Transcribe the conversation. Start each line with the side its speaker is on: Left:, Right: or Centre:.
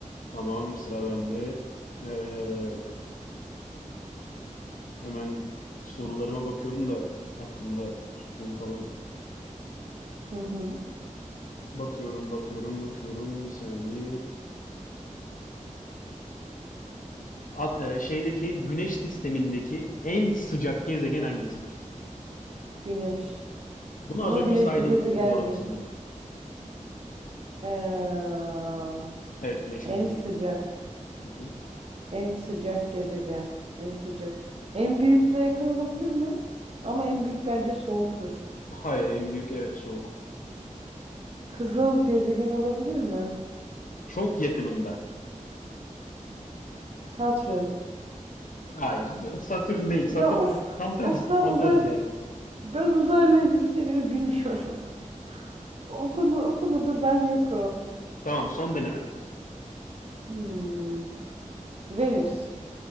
Left: Tamam sıra bende. Ee, hemen sorularıma bakıyorum da aklımda tuttuğum falan.
Right: Hı hı.
Left: Bakıyorum bakıyorum bakıyorum bir saniye. At, e, şeydeki Güneş sistemindeki en sıcak gezegen hangisidir?
Right: Güneş.
Left: Bunu
Right: Ama
Left: az önce
Right: güneş
Left: saydın
Right: bir gezegen
Left: bu arada
Right: değil.
Left: sanırım.
Right: Ee,
Left: Evet Güneş
Right: En
Left: bir gezegen
Right: sıcak,
Left: değil. Hı hı.
Right: en sıcak gezegen, en sıcak. En büyükle yakın olabilir mi? Ama en büyük bence soğuktur.
Left: Hayır en büyük evet soğuk.
Right: Kızıl gezegen olabilir mi?
Left: Çok yakınında.
Right: Satürn.
Left: Hayır Satürn değil Satürn
Right: Ya of,
Left: tam tersi
Right: of ben
Left: tam
Right: uzay
Left: tersi yerde.
Right: ben uzayla ilgili şeyleri bilmiyorum. <laughs> O konu o konuda ben yokum.
Left: Tamam son deneme.
Right: Hmm. Venüs.